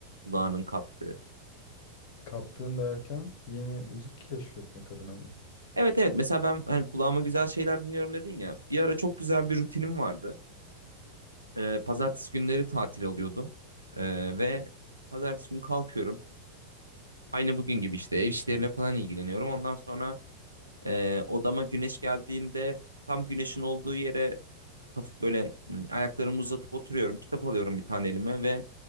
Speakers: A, on the right; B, on the left.
A: Kulağının kaptığı.
B: Kaptığın derken yeni müzik keşfetmek adına mı?
A: Evet evet mesela ben hani kulağıma güzel şeyler dinliyorum dedin ya. Bir ara çok güzel bir rutinim vardı. Ee, pazartesi günleri tatil oluyordum. Ee, ve pazartesi günü kalkıyorum. Aynı bugün gibi işte ev işleriyle falan ilgileniyorum. Ondan sonra e, odama güneş geldiğinde tam güneşin olduğu yere hafif böyle hmm, ayaklarımı uzatıp oturuyorum. Kitap alıyorum bir tane elime ve